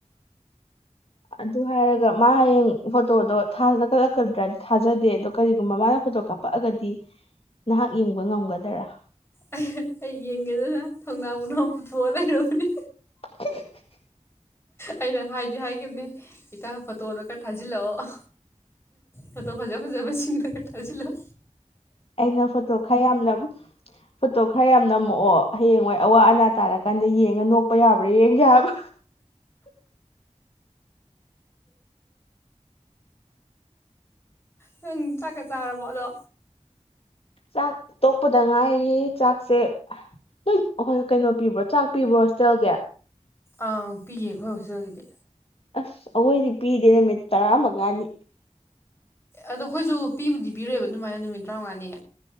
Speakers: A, on the left; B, on the left.
A: ꯑꯗꯨ ꯍꯥꯏꯔꯒ ꯃꯥ ꯍꯌꯦꯡ ꯐꯣꯇꯣꯗꯣꯛ ꯀꯠꯂꯛꯀꯗ꯭ꯔꯥꯗꯤ ꯊꯥꯖꯗꯦ ꯑꯗꯣ ꯀꯔꯤꯒꯨꯝꯕ ꯃꯥꯅ ꯐꯣꯇꯣ ꯀꯥꯞꯄꯛꯑꯒꯗꯤ ꯅꯍꯥꯛ ꯌꯦꯡꯕ ꯉꯝꯒꯗꯔꯥ
B: ꯑꯩ ꯑꯩ ꯌꯦꯡꯒꯦꯗꯅ ꯊꯣꯡꯅꯥꯎ ꯎꯅ ꯄꯨꯊꯣꯛꯑ ꯂꯩꯔꯨꯕꯅꯦ
A: <unintelligible>
B: ꯑꯩꯅ ꯍꯥꯏꯗꯤ ꯍꯥꯏꯈꯤꯕꯅꯦ ꯏꯇ ꯐꯣꯇꯣꯗꯣ ꯈꯔ ꯊꯥꯖꯤꯜꯂꯛꯑꯣ ꯐꯣꯇꯣ ꯐꯖ ꯐꯖꯕꯁꯤꯡꯗꯣꯒ ꯊꯥꯖꯤꯜꯂꯑꯣ
A: ꯑꯩꯅ ꯐꯣꯇꯣ ꯈꯔ ꯌꯥꯝꯅ ꯐꯣꯇꯣ ꯈꯔ ꯌꯥꯝ ꯅꯝꯃꯛꯑꯣ ꯍꯌꯦꯡꯋꯥꯣꯏ ꯑꯋꯥ ꯑꯅꯥ ꯇꯥꯔꯀꯥꯟꯗ ꯌꯦꯡꯉ ꯅꯣꯛꯄ ꯌꯥꯕ꯭ꯔ ꯑ ꯌꯦꯦꯕ
B: ꯅꯪ ꯆꯥꯛꯀ ꯆꯥꯔꯕꯣꯗꯣ
A: ꯆꯥꯛ ꯇꯣꯛꯄꯗ ꯉꯥꯏꯔꯤ ꯆꯥꯛꯁꯦ ꯂꯣꯏꯣꯏ ꯀꯩꯅꯣ ꯄꯤꯕ꯭ꯔꯣ ꯆꯥꯛ ꯄꯤꯕ꯭ꯔꯣ ꯍꯣꯁꯇꯦꯜꯒꯤ
B: ꯑꯪ ꯄꯤꯌꯦ ꯑꯩꯈꯣꯏ ꯍꯣꯁꯇꯦꯜꯒꯤꯗꯤ
A: ꯑꯁ ꯑꯩꯈꯣꯏꯗꯤ ꯄꯤꯗꯦ ꯅꯨꯃꯤꯠ ꯇꯔꯥ ꯃꯉꯥꯅꯤ
B: ꯑꯗꯣ ꯑꯩꯈꯣꯏꯁꯨ ꯄꯤꯕꯨꯗꯤ ꯄꯤꯔꯣꯏꯑꯕ ꯑꯗꯨꯃꯥꯏꯅ ꯅꯨꯃꯤꯠ ꯇꯔꯥꯃꯉꯥꯅꯤ